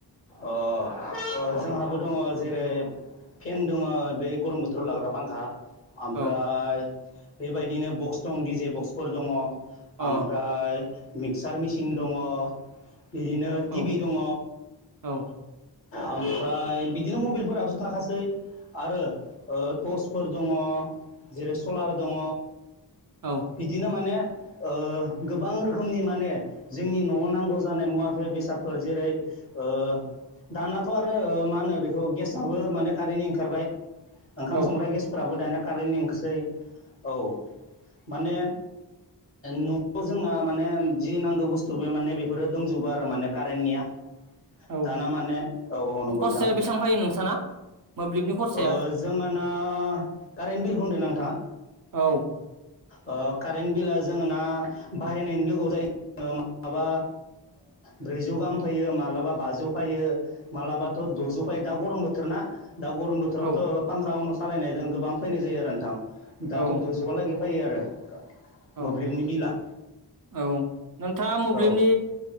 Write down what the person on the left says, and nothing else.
अ जोंहाबो दङ जेरै फेन दङ बेै गरम बोथोराव लाग्रा फांखा। ओमफ्राय
बेबायदिनो बक्स दं डिजे बक्सफोर दङ। ओमफ्राय
मिक्सार मिसिन दङ। बिदिनो
टिभि दङ।
ओमफ्राय बिदिनो मबाइलफोरथ' थाखासै आरो टर्स फोर दङ जेरै सलार दङ
बिदिनो माने। ओ गोबां रोखोमनि माने जोंनि न'आव नांगौ जानाय मुवाफोर बेसादफोर जेरै ओ दानाथ' आरो मा होनो बेखौ गेसआबो माने कारेन्टनि ओंखारबाय ओंखाम
संग्रा गेसफोराबो दानिया कारेन्ट ओंखारसै औ माने न'आव जोंना माने जि नांगौ बुस्थु बे माने बेफोरो दंजोबो आरो माने कारेन्टनिया
दाना माने औ नंगौ
नथां
ओ जोंहा। ना कारेन्ट बिल होनदों नोंथाङा?
ओ कारेन्ट बिला जोहा ना बाहायनायनि लोगोआव जायो। माब्लाबा ब्रैजौ गाहाम फैयो मालाबा बाजौ फैयो माबलाबाथ' द'जौ फैयो दा गरम बोथोर ना। दा गरम बोथोरावथ'
फांखा अनु सालायनायजों गोबां फैनाय जायो आरो नोंथां
दाथ' दुजुआलागै। फायो आरो
मोब्लिबनि बिला
औ